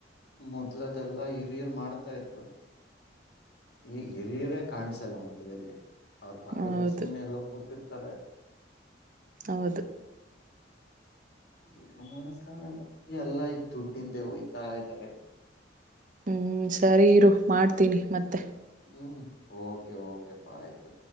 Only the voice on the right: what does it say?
ಹೌದು
ಹೌದು
ಹ್ಮ್ ಸರಿ ಇರು ಮಾಡ್ತೀನಿ ಮತ್ತೆ.